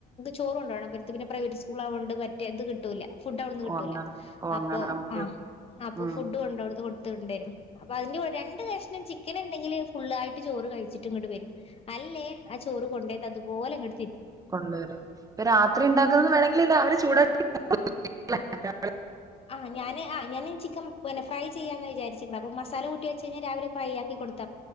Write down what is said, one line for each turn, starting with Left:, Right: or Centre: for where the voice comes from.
Left: ചോറ് കൊണ്ടുപോണം ഇവർക്ക് പിന്നെ പ്രൈവറ്റ് സ്കൂൾ ആയതുകൊണ്ട് എത് കി് <unintelligible> ട്ടൂല <unintelligible> ഫുഡ് അവിടുന്ന് കിട്ടൂല
Right: ഓ അങ്ങനെ ഓ
Left: അപ്പൊ
Right: അങ്ങനെ ഓക്കെ
Left: ആ
Right: ഓക്കെ
Left: അപ്പൊ
Right: ഉം
Left: ഫുഡ് കൊണ്ട് അപ്പ അതിന്റെ രണ്ട് കഷ്ണം ചിക്കൻ ഉണ്ടെങ്കിൽ ഫുള്ളായിട്ട് ചോറ് കഴിച്ചിട്ട് ഇങ്ങട്ട് വരും അല്ലേ ആ ചോറ് കൊണ്ട അതുപോലെ ഇങ്ങോട്
Right: കൊണ്ടുവരാം ഇപ്പൊ രാത്രി ഉണ്ടാക്കുന്നത് വേണമെങ്കിൽ അവര് ചൂടാക്കി <unintelligible>
Left: ആ് ഞാൻ ആ ഞാൻ ചിക്കൻ ഫ്രൈ ചെയ്യാന്ന വിചാച്ചട്ടില്ല അപ്പ മസാല കൂട്ടി വച്ച് കഴഞ്ഞാ രാവിലെ കൊടുക്കാം